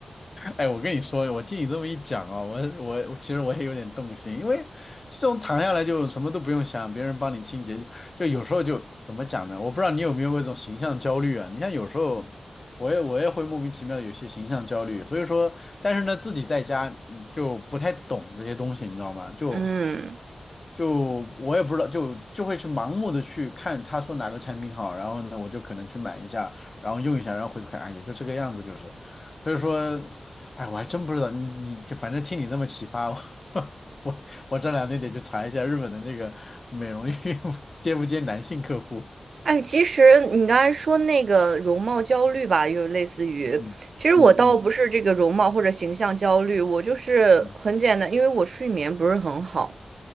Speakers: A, on the left; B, on the right.
A: 哎，我跟你说，我听你这么一讲啊，我我我其实我也有点动心，因为这种躺下来就什么都不用想，别人帮你清洁，就有时候就怎么讲呢？我不知道你有没有过这种形象焦虑啊？你像有时候我也我也会莫名其妙地有些形象焦虑，所以说，但是呢，自己在家嗯就不太懂这些东西，你知道吗？就。
B: 嗯，
A: 就我也不知道，就就会去盲目的去看他说哪个产品好，然后呢，我就可能去买一下，然后用一下，然后回头看，啊，也就这个样子，就是，所以说，哎，我还真不知道，你你反正听你这么启发，我 <laughs> 我我这两天得去查一下日本的那个美容院 <laughs> 接不接男性客户，
B: 哎，其实你刚才说那个容貌焦虑吧，又类似于，
A: 嗯嗯嗯
B: 其实我倒不是这个容貌或者形象焦虑，我就是很简单，
A: 嗯，嗯
B: 因为我睡眠不是很好。